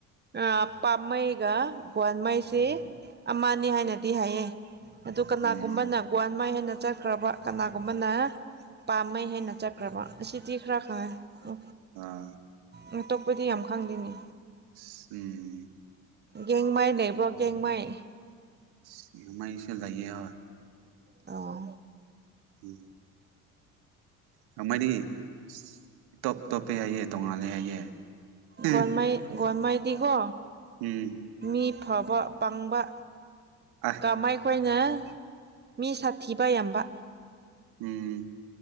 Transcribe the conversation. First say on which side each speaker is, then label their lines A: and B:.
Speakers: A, on the right; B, on the right.
A: ꯑ ꯄꯥꯃꯩꯒ ꯒ꯭ꯋꯥꯟꯃꯩꯁꯤ ꯑꯃꯅꯤ ꯍꯥꯏꯅꯗꯤ ꯍꯥꯏꯌꯦ ꯑꯗꯨ ꯀꯅꯥꯒꯨꯝꯕꯅ
B: ꯎꯝ
A: ꯒꯋꯥ꯭ꯟꯃꯩ ꯍꯥꯏꯅ ꯆꯠ ꯈ꯭ꯔꯕ ꯀꯅꯥꯒꯨꯝꯕꯅ ꯄꯥꯝꯃꯩ ꯍꯥꯏꯅ ꯆꯠꯈ꯭ꯔꯕ ꯑꯁꯤꯗꯤ ꯈꯔ ꯈꯪꯉꯦ ꯎ
B: ꯑ
A: ꯎ ꯑꯇꯣꯞꯄꯗꯤ ꯌꯥꯝ ꯈꯪꯗꯦꯅꯦ
B: ꯏꯁ ꯎꯝ
A: ꯒꯦꯡꯃꯥꯏ ꯂꯩꯕ꯭ꯔꯣ ꯒꯦꯡꯃꯥꯏ
B: ꯑꯁ ꯒ‌ꯦꯡꯃꯥꯏꯁꯨ ꯂꯩꯌꯦ ꯍꯣꯏ
A: ꯑ‌ꯣ
B: ꯎꯝ ꯒꯥꯡꯃꯩꯗꯤ ꯑꯁ ꯏꯇꯣꯞ ꯇꯣꯞꯄ‌ꯦ ꯍꯥꯏꯌꯦ ꯇꯣꯡꯉꯥꯜꯂꯦ ꯍꯥꯏꯌꯦ ꯎꯝ
A: ꯒ‌ꯣꯜꯃꯥꯏ ꯒ‌ꯣꯜꯃꯥꯏꯗꯤꯀꯣ
B: ꯎꯝ
A: ꯃꯤ ꯐꯕ ꯄꯪꯕꯥ
B: ꯑ
A: ꯀꯥꯃꯩꯈꯣꯏꯅ ꯃꯤ ꯁꯥꯊꯤꯕ ꯌꯥꯝꯕ
B: ꯎꯝ